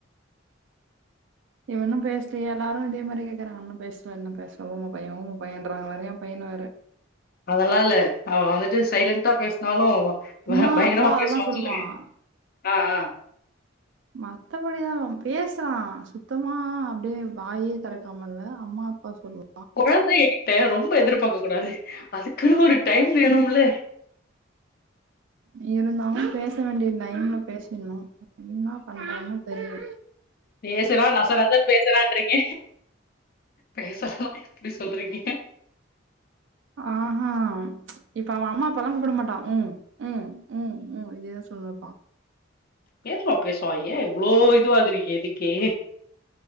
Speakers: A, on the right; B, on the left.
A: இவ ஒன்னு பேசலியே எல்லாரு இத மாரியே கேக்குறாங்க இன்னு பேசல இன்னு பேசல ஊம பைய ஊம பையன்றங்க வேற பையனவேற
B: அதல்லா இல்ல அவ வந்துட்டு சைலண்ட்டா பேசனாலு
A: அம்மா
B: பயங்கரமா
A: அப்பா அதெல்லாம்
B: பேசுவானு
A: சொல்லுவான்
B: சொல்லு ஆ ஆ
A: மத்தபடிலா இல்ல பேசறா சுத்தமா அப்டியே வாயே தெறக்காம இல்ல அம்மா அப்பா சொல்லுவ
B: கொழந்தைங்கிட்ட ரொம்ப எதிர்பாக்க கூடாது அதுக்குனு ஒரு டைம் வேனுமுள்ள
A: இருந்தாலு பேச வேண்டிய டைம்ல பேசிட்ணு என்னா பண்றதுன்னு தெரில
B: பேசுனா நச நசன் பேசறான்றீங்க பேசலனா இப்டி சொல்றீங்க
A: ஆஹா இப்ப அவ அம்மா அப்பால்லா கூப்ட மாட்டா ம் ம் ம் ம் இதேதா சொல்லுனுப்பா
B: பேசுவா பேசுவா ஏ இவ்ளோ இதுவாகறீங்க இதுக்கே